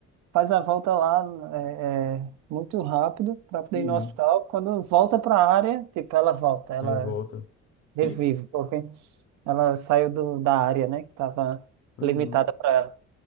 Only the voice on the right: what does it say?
faz a volta lá é, é, muito rápido para poder
ir no hospital. Quando volta para a área, tipo ela volta, ela
revive,
porque ela saiu do, da área, né, que estava
limitada para ela.